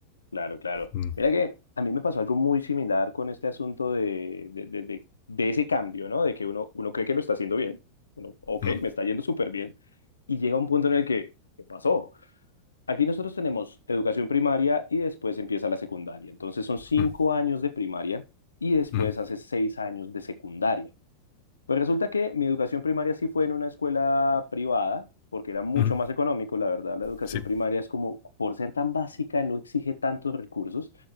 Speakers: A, on the left; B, on the left.
A: Claro, claro.
B: Mm,
A: Mira que a mí me pasó algo muy similar con este asunto de, de, de, de, de ese cambio, ¿no? De que uno, uno cree que lo está haciendo bien. Uno, ok,
B: mm,
A: me está yendo súper bien. Y llega un punto en el que, ¿qué pasó? Aquí nosotros tenemos educación primaria y después empieza la secundaria. Entonces son cinco
B: mm,
A: años de primaria y después
B: mm,
A: hace seis años de secundaria. Pues resulta que mi educación primaria sí fue en una escuela privada, porque era mucho
B: mm,
A: más económico, la verdad, la educación
B: sí.
A: primaria es como, por ser tan básica, no exige tantos recursos.